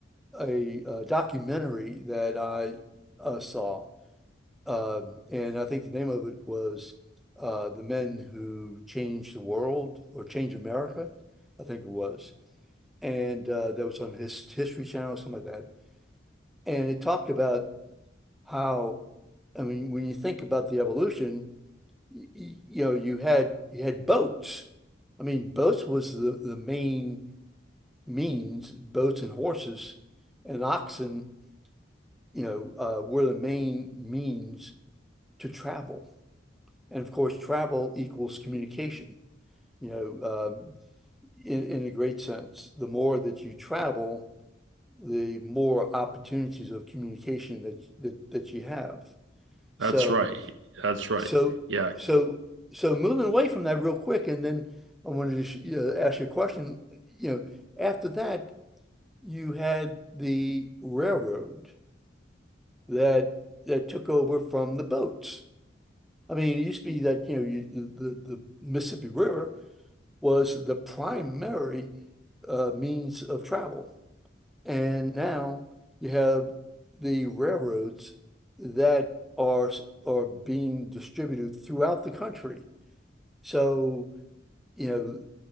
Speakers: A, in the centre; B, on the right.
A: a, uh documentary that I uh, saw, uh, and I think the name of it was uh, "The Men Who Changed the World" or "Change America," I think it was, and uh, that was on his History Channel, something like that, and it talked about how I mean, when you think about the evolution, y y- you know, you had you had boats. I mean, boats was the the main means. Boats and horses and oxen, you know, uh, were the main means to travel. And of course, travel equals communication. You know, um, in in a great sense, the more that you travel, the more opportunities of communication that that that you have.
B: That's
A: So.
B: right. That's right.
A: So,
B: Yeah,
A: so, so moving away from that real quick, and then I wanted to sh uh, ask you a question. You know, after that, you had the railroad that that took over from the boats. I mean, it used to be that you know you, the the Mississippi River was the primary uh, means of travel, and now you have the railroads that are are being distributed throughout the country. So you know,